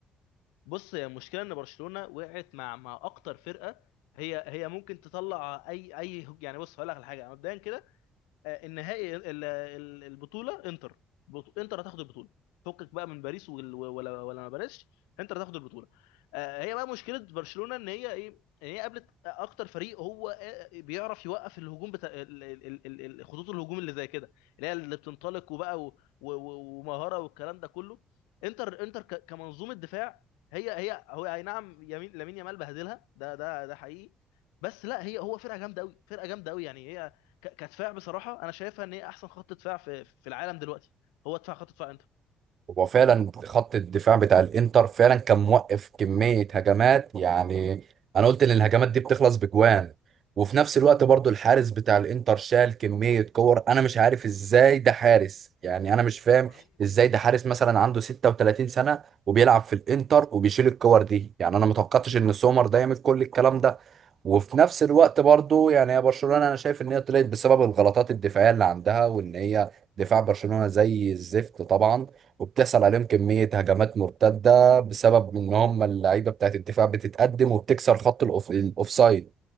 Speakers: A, on the left; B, on the right.
A: بص هي المشكله ان برشلونه وقعت مع مع اكتر فرقه هي هي ممكن تطلع اي اي يعني بص هقول لك على حاجه مبدئيا كده آه، النهائي ال- ال- البطوله انتر بط- انتر هتاخد البطوله فكك بقى من باريس وال- ولا ولا ما باريس انتر هتاخد البطوله آه، هي بقى مشكله برشلونه ان هي ايه ان هي قابلت اكتر فريق هو آه، بيعرف يوقف الهجوم بتاع ال- ال- ال- ال- خطوط الهجوم اللي زي كده اللي هي اللي بتنطلق وبقى و- و- و- ومهاره والكلام ده كله انتر انتر ك- كمنظومه دفاع هي هي هو اي نعم يمين لامين يامال بهدلها ده ده ده حقيقي بس لا هي هو فرقه جامده قوي فرقه جامده قوي يعني هي ك- كدفاع بصراحه انا شايفها ان هي احسن خط دفاع في في العالم دلوقتي هو دفاع خط دفاع انتر
B: هو فعلا خط الدفاع بتاع الانتر فعلا كان موقف كمية هجمات يعني انا قلت ان الهجمات دي بتخلص بجوان وفي نفس الوقت برضو الحارس بتاع الانتر شال كمية كور انا مش عارف ازاي ده حارس يعني انا مش فاهم
A: رهيب
B: ازاي ده حارس مثلا عنده 36 سنة وبيلعب في الانتر وبيشيل الكور دي يعني انا متوقعتش ان سومر ده يعمل كل الكلام ده وفي نفس الوقت برضو يعني يا برشلونة انا شايف ان هي طلعت بسبب الغلطات الدفاعية اللي عندها وان هي دفاع برشلونة زي الزفت طبعا وبتحصل عليهم كمية هجمات مرتدة بسبب ان هم اللعيبة بتاعت الدفاع بتتقدم وبتكسر خط الأوف- الاوفسايد